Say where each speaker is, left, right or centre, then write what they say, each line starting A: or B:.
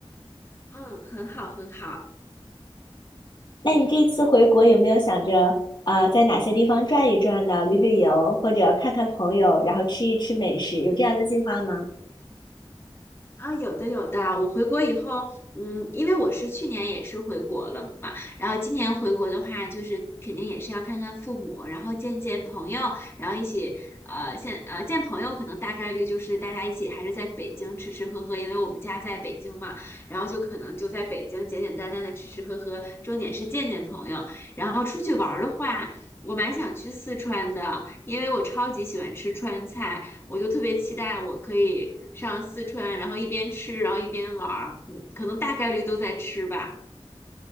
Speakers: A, on the left; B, on the left.
A: 嗯，很好，很好。
B: 那你这次回国有没有想着，啊，在哪些地方转一转呢？旅旅游，或者看看朋友，然后吃一吃美食，有这样的计划吗？
A: 啊，有的有的，我回国以后，嗯，因为我是去年也是回国了嘛，然后今年回国的话，就是肯定也是要看看父母，然后见见朋友，然后一起，呃，现呃见朋友可能大概率就是大家一起还是在北京吃吃喝喝，因为我们家在北京嘛，然后就可能就在北京简简单单的吃吃喝喝，重点是见见朋友，然后出去玩儿的话，我蛮想去四川的，因为我超级喜欢吃川菜。我就特别期待我可以上四川，然后一边吃，然后一边玩儿，嗯，可能大概率都在吃吧。